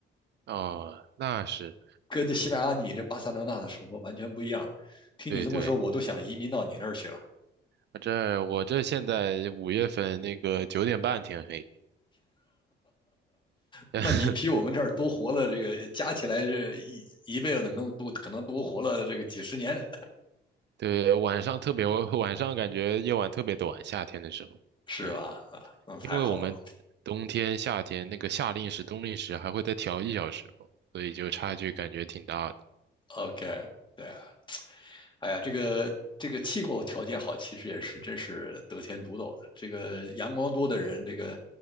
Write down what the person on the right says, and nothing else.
哦，那是
对对，
我这我这现在五月份那个九点半天黑，
<laughs>
对，晚上特别晚上感觉夜晚特别短，夏天的时候，
对，
因为我们冬天夏天那个夏令时冬令时还会再调一小时嘛，所以就差距感觉挺大的。